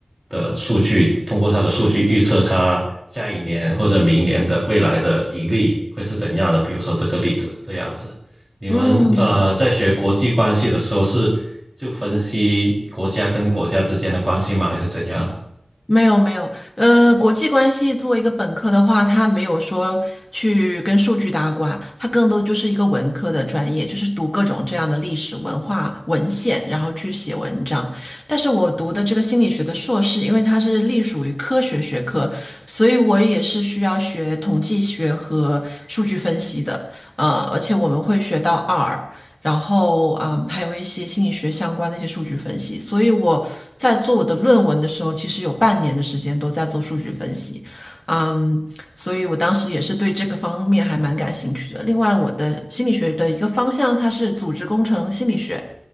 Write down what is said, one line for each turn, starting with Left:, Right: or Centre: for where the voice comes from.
Right: 的数据，通过它的数据预测它下一年或者明年的未来的盈利会是怎样的。比如说这个例子，这样子。你们呃在学国际关系的时候是就分析国家跟国家之间的关系吗？
Left: 嗯。
Right: 还是怎样？
Left: 没有没有，呃，国际关系作为一个本科的话，它没有说去跟数据搭挂，它更多就是一个文科的专业，就是读各种这样的历史文化文献，然后去写文章。但是我读的这个心理学的硕士，因为它是隶属于科学学科，所以我也是需要学统计学和数据分析的，呃，而且我们会学到 R，然后嗯，还有一些心理学相关的一些数据分析。所以我在做我的论文的时候，其实有半年的时间都在做数据分析，嗯，所以我当时也是对这个方面还蛮感兴趣的。另外，我的心理学的一个方向，它是组织工程心理学，